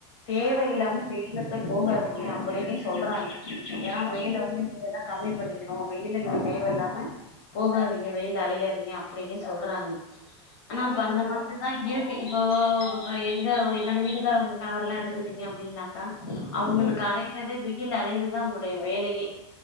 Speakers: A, on the left (about 65°); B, on the left (about 45°).
A: தேவ
B: ஆமா
A: இல்லாம
B: ஆமா
A: வெயில போகாதீங்க அப்படினே சொல்றாங்க ஏன் வெயில
B: ம்
A: வந்து நீங்க தா கம்மி பண்ணிக்கணும் வெயில நீங்க தேவைையில்லாம
B: ம்
A: போகாதீங்க வெயில்ல அலையாதீங்க அப்படின்னே சொல்றாங்க ஆனா
B: ஆமா
A: அப்ப அந்த
B: ஆமா
A: மாதிரி அ இருக்கு இப்போ எங்க என்னோட வீட்டுக்காரவங்க கணவர் எல்லாம் எடுத் டிங்க அப்டின்னாக்கா அவங்களுக்கு
B: ம்
A: அலையுறதே வெயில் அலையறதா அவங்களுடைய வேலையே